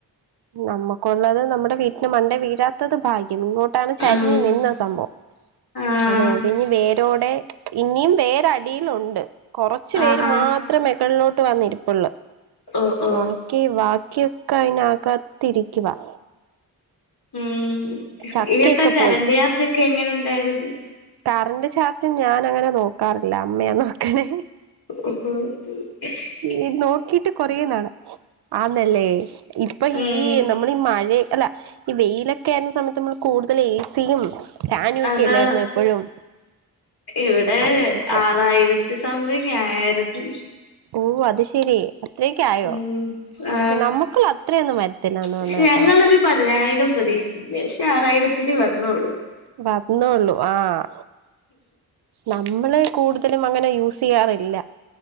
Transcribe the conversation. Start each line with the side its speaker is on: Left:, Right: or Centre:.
Right: നമ്മക്കൊള്ളത് ന്നമ്മടെ വീട്ട്ന് മണ്ടേ വീഴാത്തത് ഭാഗ്യം ഇങ്ങോട്ടാണ് ചരിഞ്ഞ്
Left: ആഹ്
Right: നിന്നസംഭവം.
Left: ആഹ്
Right: അതൊടിഞ്ഞ് ഇനി വേരോടെ ഇനിം വേരടിയിലൊണ്ട്. കൊറച്ച്
Left: ആഹ്
Right: പേര്
Left: ആഹ്
Right: മാത്രം മെകളിലോട്ട് വന്നിരിപ്പൊള്ള
Left: അഹ് അഹ്
Right: വാക്കി വാക്കിയൊക്കെ അയ്നകത്തിരിക്കുവാ.
Left: ഉം
Right: ചക്കയൊക്കെ
Left: ഈത്തക്കാരണ്ട്
Right: പോയി
Left: ചാർജ് ഒക്കെ എങ്ങനെ ഉണ്ടായിരുന്നു.
Right: കറണ്ട് ചാർജ് ഞാനങ്ങനെ നോക്കാറില്ല അമ്മയാ നോക്കണേ.
Left: ഉംഹ് ഉം
Right: ഈ നോക്കിട്ട് കൊറെന്നാളാ ആന്നല്ലേ ഇപ്പ
Left: ഉം
Right: ഈ നമ്മ ന്നമ്മളീ ഈ മഴേ അല്ല ഈ വെയിലൊക്കെ ആയിരുന്ന സമയത്ത് ന്നമ്മൾ കൂടുതൽ എ സിയും ഫാനു ഒക്കെല്ലായിരുന്നോ
Left: അതാ
Right: എപ്പഴും.
Left: ഇവിടെ
Right: അതിന്റെയൊക്കെയാ
Left: ആറായിരത്തി സംതിങ്ങ് ആയായിരുന്നു.
Right: ഓഹ് അത് ശരി അത്രയൊക്കെ ആയോ?
Left: ഉം ആ
Right: നമ്മക്കുള്ള അത്രയൊന്നും വരത്തില്ല എന്ന്
Left: പക്ഷെ
Right: തോന്നുന്നുകെട്ടോ.
Left: ഞങ്ങളൊരു പതിനായിരം പ്രതീക്ഷിച്ചിരുന്നേ പക്ഷേ ആറായിരത്തില് വന്നൊള്ളൂ.
Right: വന്നൊള്ളു ആഹ് ന്നമ്മള് കൂടുതലും അങ്ങനെ യൂസെയ്യാറില്ല.